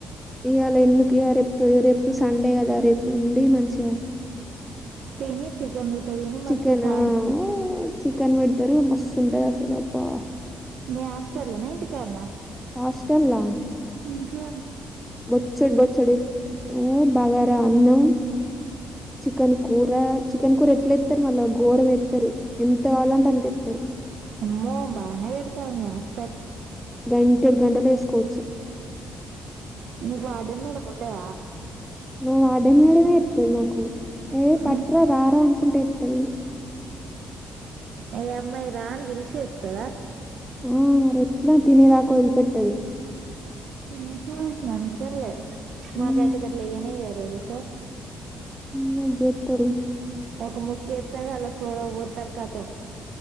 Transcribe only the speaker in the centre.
ఇయాలా ఎందుకు లె రేపు రేపు సండే కదా రేపు ఉండి మంచిగా
చికెన్
ఆ చికెన్ పెడతారు మస్తు ఉంటది అసలు అబ్బా
హస్టల్లా
బొచ్చెడు బొచ్చెడు బాగా అన్నం చికన్ కూరా చికన్ కూరా ఎట్లే మళ్ళా ఘోరం ఎత్తారు ఎంత కావాలంటే అంతెత్తారు
గంటె గంటెలేసుకోవచ్చు
ఓ వార్డెన్ మేడమే ఎత్తది మాకు ఏ పట్రా
రారా అనుకుంటే ఎత్తది
మ్.. మరి ఎట్లా తినేదాకోదిలి పెట్టదు
ఉమ్,
మ్ జేత్తరు